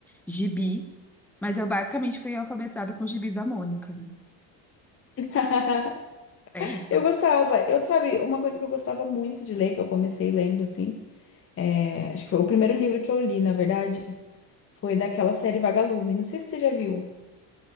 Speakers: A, in the centre; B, on the left.
A: gibi, mas eu basicamente fui alfabetizada com os gibis da Mônica, né?
B: <laughs>
A: É isso.
B: Eu gostava, eu sabe, uma coisa que eu gostava muito de ler, que eu comecei lendo, assim, é, acho que foi o primeiro livro que eu li, na verdade, foi daquela série Vagalume. Não sei se você já viu,